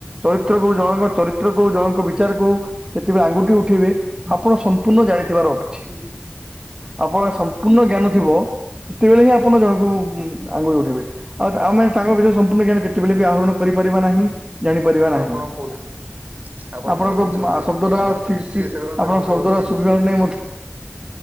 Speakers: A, on the right; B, on the right.
A: ଚରିତ୍ରକୁ ଜଣଙ୍କ ଚରିତ୍ରକୁ ଜଣଙ୍କ ବିଚାର କୁ ଯେତେବେଳେ ଆଙ୍ଗୁଠି ଉଠେଇବେ ଆପଣ ସମ୍ପୂର୍ଣ୍ଣ ଜାଣିଥିବାର ଅଛି।
B: ହୁଁ।
A: ଆପଣ <unintelligible> ସମ୍ପୂର୍ଣ୍ଣ ଜ୍ଞାନ ଥିବ ସେତେବେଳେ ହିଁ ଆପଣ ଜଣଙ୍କୁ <unintelligible> ଆଙ୍ଗୁଳି ଉଠେଇବେ। ଆଉତ ଆମେ ତାଙ୍କ ଭିତରେ ସମ୍ପୂର୍ଣ୍ଣ ଜ୍ଞାନ କେତେବେଳେ ବି ଆହରଣ କରିପାରିବା ନାହିଁ। ଜାଣିପାରିବା
B: ମୁଁ
A: ନାହିଁ।
B: ଆପଣଙ୍କୁ <unintelligible> ଆପଣ
A: ଆପଣଙ୍କ
B: ଭୁଲ କହୁଛନ୍ତି।
A: ଶବ୍ଦଟା
B: ଟିକେ <unintelligible>
A: ଠିକ
B: ଟିକେ
A: ସେ
B: ଶୁଣନ୍ତୁ
A: ଆପଣଙ୍କ
B: ମୁଁ
A: ଶବ୍ଦଟା
B: କହୁଛି?
A: ଶୁଭିବାର ନାହିଁ ମତେ